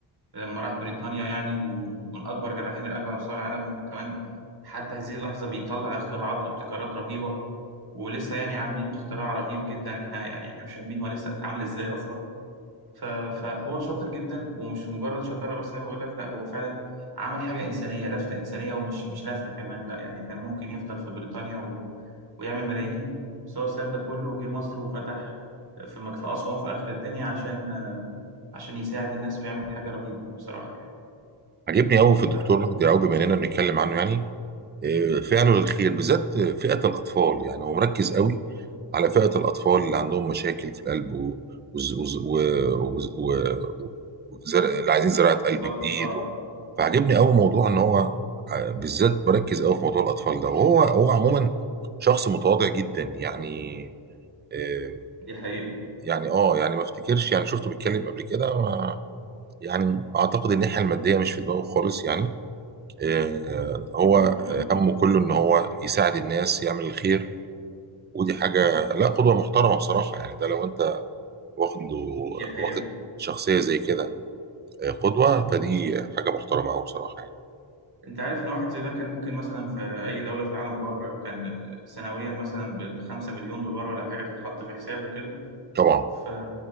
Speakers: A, on the right (about 50°); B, on the right (about 25°).
A: لما راح بريطانيا يعني ومن أكبر جراحين القلب على مستوى العالم وكمان حتى هذه اللحظة بيطلع اختراعات وابتكارات رهيبة ولسه يعني عاملين اختراع رهيب جدا احنا يعني احنا مش فاهمين هو لسه اتعمل ازاي اصلا ف... فهو شاطر جدا ومش مجرد شطارة بس زي ما بقول لك لا هو فعلا عمل حاجة إنسانية لفتة إنسانية ومش مش لفتة كمان لا يعني كان ممكن يفضل في بريطانيا و... ويعمل ملايين بس هو ساب ده كله وجه مصر وفتح في مك... في أسوان في آخر الدنيا عشان عشان يساعد الناس ويعمل حاجة رهيبة بصراحة يعني
B: عجبني قوي في
A: ف
B: الدكتور وجدي يعقوب بما اننا بنتكلم عنه يعني فعله للخير بالذات فئة الأطفال يعني هو مركز قوي على فئة الأطفال اللي عندهم مشاكل في القلب و... وز- وز- و... وز- و... و... وزر... اللي عايزين زراعة قلب
A: بالظبط
B: جديد
A: اه
B: و...
A: اه
B: فعجبني قوي موضوع إن هو ع- بالذات مركز قوي في موضوع الأطفال ده وهو هو عموما شخص متواضع جدا يعني آه،
A: دي حقيقة
B: يعني اه يعني ما افتكرش يعني شفته بيتكلم قبل كده ما يعني اعتقد ان الناحيه الماديه مش في دماغه خالص يعني آه، هو
A: مم.
B: همه كله ان هو يساعد الناس يعمل الخير ودي حاجه لا قدوه محترمه بصراحه يعني ده لو انت واخد
A: دي حقيقة
B: واخد شخصيه زي كده آه، قدوه فدي حاجه محترمه قوي بصراحه يعني
A: انت عارف ان واحد زي ده كان ممكن مثلا في اي دولة في العالم بره كان سنويا مثلا بالخمسة مليون دولار ولا حاجة تتحط في حسابه كده
B: طبعا
A: ف...